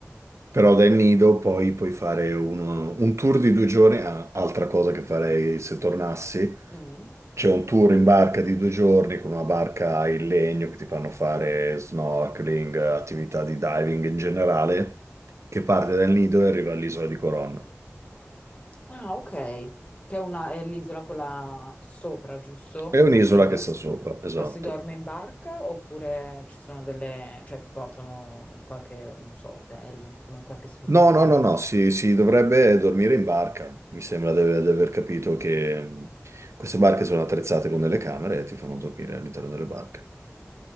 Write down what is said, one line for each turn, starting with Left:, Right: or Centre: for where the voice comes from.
Right: Però da El Nido poi puoi fare uno- un tour di due giorni, ah, altra cosa che farei se tornassi.
Left: Mm.
Right: C'è un tour in barca di due giorni con una barca in legno che ti fanno fare snorkeling, attività di diving in generale, che parte dal Nido e arriva all'isola di Coron.
Left: Ah, ok. Che è una- è l'isola quella sopra, giusto?
Right: È un'isola
Left: Il nido?
Right: che sta sopra, esatto.
Left: Ma si dorme in barca oppure ci sono delle, cioè ti portano in qualche, non so, hotel, insomma, in qualche struttura?
Right: No, no, no, no, si, si dovrebbe dormire in barca. Mi sembra di aver di aver capito che mh, queste barche sono attrezzate con delle camere e ti fanno dormire all'interno delle barche.